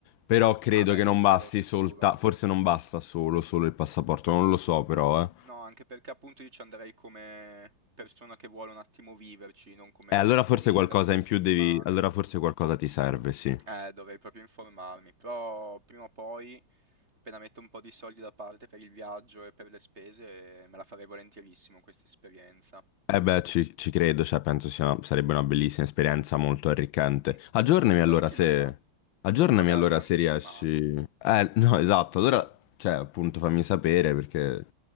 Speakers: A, on the left; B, on the right.
A: però credo
B: Ah beh
A: che
B: no,
A: non
B: quello
A: basti
B: sicuro.
A: soltanto, forse non basta solo, solo il passaporto, non lo so però, eh.
B: No, anche perché appunto io ci andrei come persona che vuole un attimo viverci, non come
A: E allora forse
B: turista
A: qualcosa
B: da due
A: in
B: settimane.
A: più devi, allora forse qualcosa ti serve, sì.
B: Eh, dovrei proprio informarmi, però prima o poi, appena metto un po' di soldi da parte per il viaggio e per le spese, me la farei volentierissimo questa esperienza.
A: Eh beh, ci, ci credo, cioè penso sia, sarebbe una bellissima esperienza molto arricchente.
B: Mm,
A: Aggiornami allora
B: Poi chi
A: se...
B: lo sa,
A: Aggiornami
B: Magari
A: allora
B: anche
A: se
B: ci
A: riesci...
B: rimango.
A: Eh, no, esatto, allora, cioè, appunto fammi sapere perché...